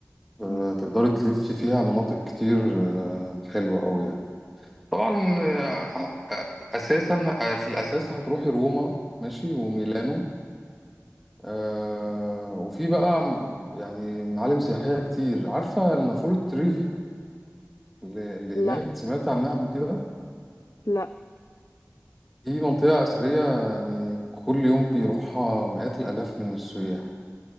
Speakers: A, in the centre; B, on the left (about 70°).
A: آه،
B: مم.
A: تقدري تلفي فيها مناطق كتير آه، حلوة قوي يعني طبعا آه، اساسا آه، في الاساس هتروحي روما ماشي وميلانو آه، وفي بقى م- يعني معالم سياحية كتير عارفة النافورة تريفي اللي اللي هناك
B: لا
A: سمعتي عنها قبل كده
B: لا
A: دي منطقة أثرية يعني كل يوم بيروحها مئات الآلاف من السياح